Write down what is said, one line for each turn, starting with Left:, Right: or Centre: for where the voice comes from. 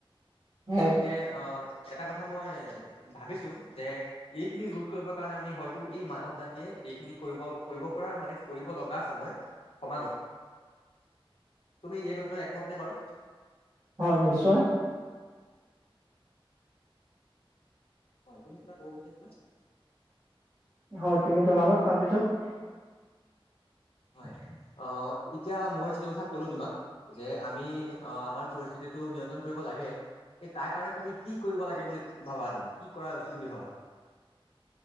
Right: হয়,
Left: গতিকে আহ এটা কথা মই ভাবিছো যে এইখিনি ৰোধ কৰিব কাৰণে আমি হয়তো এই মানৱ জাতিয়ে এইখিনি কৰিব কৰিব পৰা মানে কৰিব লগা সময় সমাগত তুমি এই কথাটো একমত নে বাৰু
Right: হয় নিশ্চয়
Left: হয় তুমি কিবা কব বিচাৰিছিলা
Right: হয় তুমি জনাবা তাৰপিছত
Left: হয় অ এতিয়া মই যিটো কথা কলো তোমাক যে আমি অ আমাৰ পৰিস্থিতিটো নিয়ন্ত্ৰণ কৰিব লাগে এই তাৰ কাৰণে তুমি কি কৰিব লাগে বুলি ভাবা তুমি কি কৰা উচিত বুলি ভাবা